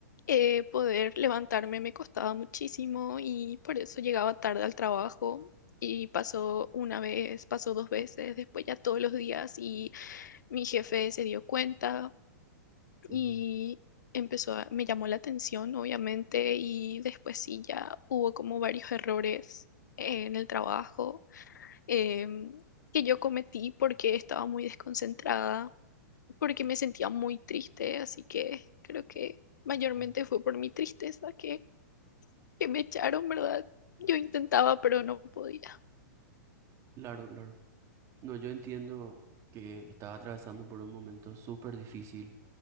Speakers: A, on the left; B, on the right.
A: eh, poder levantarme me costaba muchísimo y por eso llegaba tarde al trabajo. Y pasó una vez, pasó dos veces, después ya todos los días y mi jefe se dio cuenta
B: Ujú,
A: y empezó a, me llamó la atención, obviamente, y después sí ya hubo como varios errores en el trabajo em, que yo cometí porque estaba muy desconcentrada porque me sentía muy triste, así que creo que mayormente
B: ujú.
A: fue por mi tristeza que, que me echaron, ¿verdad? Yo intentaba, pero no podía.
B: Claro, claro. No, yo entiendo que estaba atravesando por un momento súper difícil,